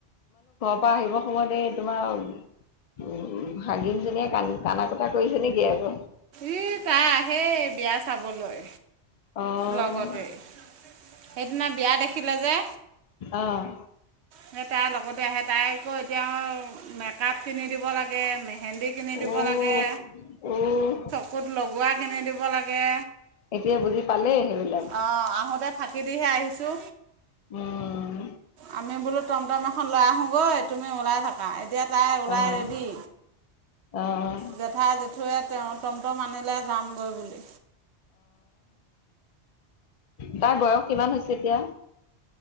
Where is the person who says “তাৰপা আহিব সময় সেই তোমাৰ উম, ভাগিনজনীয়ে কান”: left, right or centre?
Left